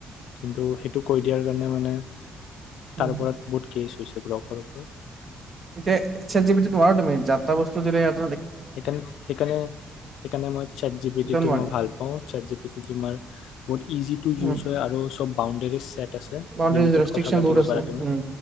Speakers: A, on the left (about 80°); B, on the right (about 35°).
A: কিন্তু সেইটো কৈ দিয়াৰ কাৰণে মানে তাৰ
B: উম।
A: ওপৰত বহুত কেছ পিছে ব্লকৰ ওপৰত
B: এতিয়া চেট জি পিত নোৱাৰা তুমি যা তা বস্তু যদি ইয়াত
A: সেইকাৰণে সেইকাৰণে সেইকাৰণে মই চেটজিপিটিটো
B: একদম নোৱাৰি
A: মই ভাল পাওঁ চেটজিপিটি তোমাৰ বহুত ইজি তু ইউজ
B: উম।
A: হয় আৰু চব বাউণ্ডেৰীত চেট আছে
B: বাউণ্ডেৰীজ
A: লিমিটড
B: ৰেষ্ট্ৰিকচন
A: কথা পাতিব
B: বহুত আছে
A: পাৰা তুমি,
B: উম,